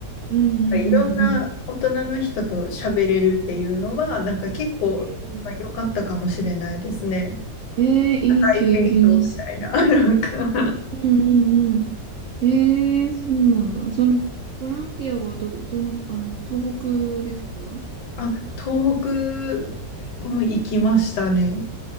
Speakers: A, on the right; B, on the left.
A: うん、
B: いろんな大人の人と喋れるっていうのは、
A: うん。うん
B: なんか結構、
A: うん
B: まあ、良かったかもしれないですね。
A: えー、いい経験ですね。
B: 高い勉強みたいな、<laughs> なんか。
A: うん、うん、うん。ええそうなんだ。その、ボランティアはど、どの、あの、東北ですかうん
B: あ、東北も行きましたね。